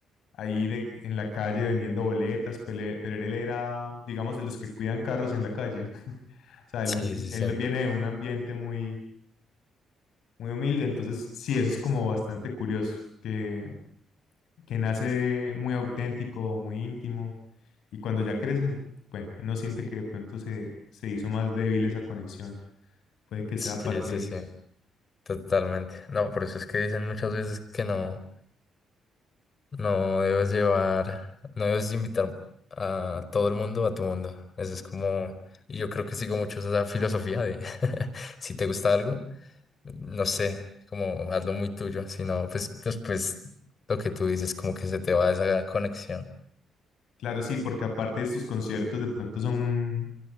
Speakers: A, on the left; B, on the left.
A: ahí de, en la calle vendiendo boletas, pero él pero él era, digamos, de los que cuidan carros en la calle. O sea,
B: sí,
A: él, él
B: sí,
A: viene de un ambiente muy, muy humilde, entonces sí, eso es como bastante curioso, que que nace muy auténtico, muy íntimo, y cuando ya crecen, bueno, uno siente que de pronto se, se hizo más débil esa conexión, puede que
B: sí,
A: sea parte
B: sí, sí,
A: de
B: sí,
A: eso.
B: totalmente. No, por eso es que dicen muchas veces que no. No debes llevar, no debes invitar a todo el mundo a tu mundo. Eso es como, y yo creo que sigo mucho esa filosofía de <laughs> si te gusta algo, no sé, como hazlo muy tuyo, si no, pues después lo que tú dices, como que se te va esa conexión.
A: Claro, sí, porque aparte de estos conciertos, de pronto son